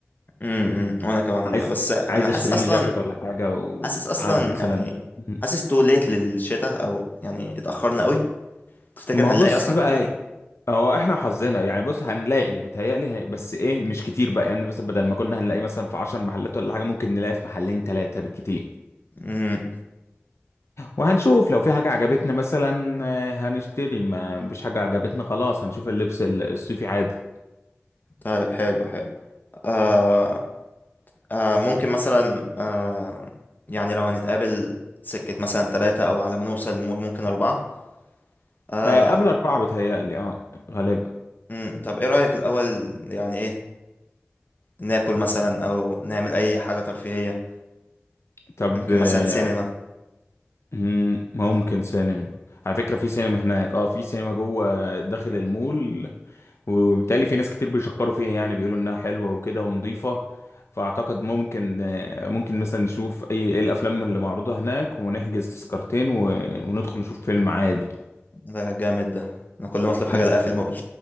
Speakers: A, on the left (about 40°); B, on the left (about 70°).
A: امم امم. وانا كمان
B: عايز
A: والله بس انا
B: عايز
A: حاسس
B: اشتري
A: اصلا
B: لي جاكيت ولا حاجة وعلى
A: حاسس اصلا
B: مثلا
A: يعني
B: مم.
A: حاسس تو ليت للشتاء او يعني اتاخرنا قوي تفتكر
B: ما
A: هنلاقي
B: بص
A: اصلا
B: بقى
A: شتوي
B: هو احنا وحظنا يعني بص هنلاقي بتهيألي هي- بس ايه مش كتير بقى يعني بس بدل ما كنا هنلاقي مثلا في 10 محلات ولا حاجة ممكن نلاقي في محلين ثلاثة بالكتير
A: امم
B: وهنشوف لو في حاجة عجبتنا مثلا آه، هنشتري ما مش حاجة عجبتنا خلاص هنشوف اللبس ال- الصيفي عادي
A: طيب حلو حلو آه آه ممكن مثلا آه يعني لو هنتقابل سكه مثلا ثلاثة او على ما نوصل المول ممكن أربعة آه
B: آه، قبل أربعة بتهيألي اه غالبا
A: امم طب ايه رأيك الأول يعني ايه ناكل مثلا او نعمل اي حاجة ترفيهية
B: طب
A: ممكن
B: آه،
A: مثلا سينما
B: مم، ممكن سينما على فكرة في سينما هناك اه في سينما جوه داخل المول وبالتالي في ناس كتير بيشكروا فيها يعني بيقولوا انها حلوه وكده ونظيفه فاعتقد ممكن آه، ممكن مثلا نشوف اي إيه الافلام اللي معروضه هناك ونحجز تذكرتين و... وندخل نشوف فيلم عادي
A: ده جامد ده انا كل ما اطلب حاجة
B: انت
A: الاقيها في المول